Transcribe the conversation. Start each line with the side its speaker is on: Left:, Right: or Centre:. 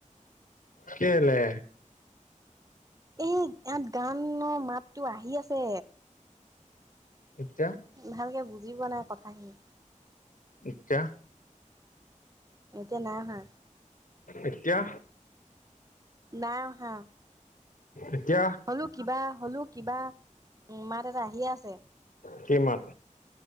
Left: কেলে?
Right: এই ইয়াত গানৰ মাতো আহি আছে।
Left: এতিয়া?
Right: ভালকে বুজিপোৱা নাই কথাখিনি।
Left: এতিয়া?
Right: এতিয়া নাই অহা।
Left: এতিয়া?
Right: নাই অহা
Left: এতিয়া?
Right: হলো কিবা হলো কিবা উ মাত এটা আহিয়ে আছে
Left: কি মাত?